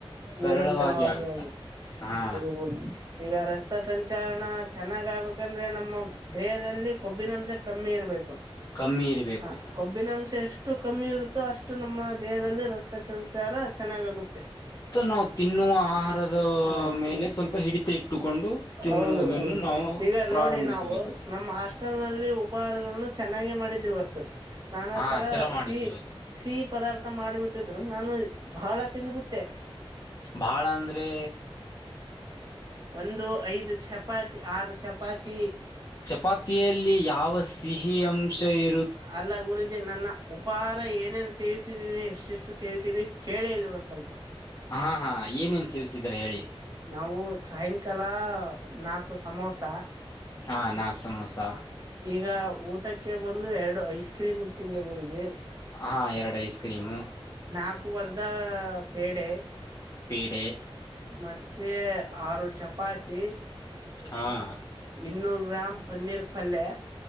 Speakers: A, on the left (about 40°); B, on the right (about 40°).
A: ಸರಳವಾಗಿ
B: ನಿರಂತರವಾಗಿ
A: ಆಗುತ್ತದೆ
B: ಆಗುತ್ತೆ
A: ಹಾ
B: ಹದುಡ್ ಈಗ ರಕ್ತ ಸಂಚಾರನ ಚೆನ್ನಾಗ್ ಆಗ್ಬೇಕಂದ್ರೆ ನಮ್ಮ ದೇಹದಲ್ಲಿ ಕೊಬ್ಬಿನಂಶ ಕಮ್ಮಿ ಇರ್ಬೇಕು
A: ಕಮ್ಮಿ ಇರಬೇಕು
B: ಹ ಕೊಬ್ಬಿನ ಅಂಶ ಎಷ್ಟು ಅಷ್ಟು ಕಮ್ಮಿ ಇರುತ್ತೋ ಅಷ್ಟು ನಮ್ಮ ದೇಹದಲ್ಲಿ ರಕ್ತ ಸಂಚಾರ ಚೆನ್ನಾಗಾಗುತ್ತೆ
A: ಇ ನಾವು ತಿನ್ನುವ ಆಹಾರದ
B: ಹಾ
A: ಮೇಲೆ ಸ್ವಲ್ಪ ಹಿಡಿತ ಇಟ್ಟುಕೊಂಡು ತಿನ್ನುವುದನ್ನು
B: ಹೌದು ಹೌದು
A: ನಾವು
B: ಈಗ
A: ಪ್ರಾರಂಭಿಸಬೇಕು
B: ನೋಡಿ ನಾವು ನಮ್ಮ ಹಾಸ್ಟೆಲ್ ನಲ್ಲಿ ಉಪಹಾರಗಳನ್ನು ಚೆನ್ನಾಗೆ ಮಾಡಿದ್ರು ಇತ್ತು ನಾನ
A: ಹಾ
B: ತರ
A: ಚಲೋ ಮಾಡಿದ್ರು
B: ಸಿಹ
A: ಇವತ್ತು
B: ಸಿಹಿ ಪದಾರ್ಥ ಟ್ಟಿದ್ರು ನಾನ್ ವೆಜ್ ಬಹಳ ತಿಂದ್ಬಿಟ್ಟೆ.
A: ಬಹಳ ಅಂದ್ರೆ.
B: ಒಂದು ಐದು ಚಪಾತಿ ಆರು ಚಪಾತಿ.
A: ಚಪಾತಿಯಲ್ಲಿ ಯಾವ ಸಿಹಿ ಅಂಶ ಇರುತ್
B: ಅಲ್ಲ ಗುರುಜಿ ನನ್ನ ಉಪಾಹಾರ ಏನೇನು ಸೇವಿಸಿದೀನಿ ಎಷ್ಟೆಷ್ಟು ಸೇವಿಸ್ ತೀನಿ ಕೇಳಿ ಇಲ್ಲಿ ಒಂದ್ ಸ್ವಲ್ಪ.
A: ಹಾ ಹಾ ಏನೇನ್ ಸೇವಿಸಿದ್ದೀರ ಹೇಳಿ.
B: ನಾವು ಸಾಯಂಕಾಲ ನಾಕು ಸಮೋಸ.
A: ಹಾ ನಾಕ್ ಸಮೋಸ
B: ಈಗ ಊಟಕ್ಕೆ ಬಂದು ಎರಡು ಐಸ್ ಕ್ರೀಮ್ ತಿಂದೆ ಗುರುಜಿ
A: ಹಾ ಎರಡು ಐಸ್ ಕ್ರೀಮು
B: ನಾಕುವರ್ದ ಪೇಡೆ
A: ಪೇಡೆ
B: ಮತ್ತೆ ಆರು ಚಪಾತಿ
A: ಹಾಂ.
B: ಇನ್ನೂರು ಗ್ರಾಮ್ ಪನ್ನೀರ್ ಪಲ್ಯೆ.